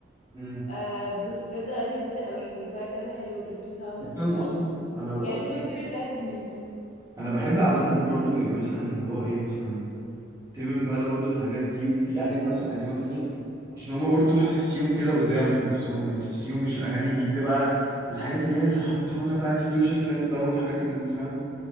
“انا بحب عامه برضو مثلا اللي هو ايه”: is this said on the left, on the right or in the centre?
Right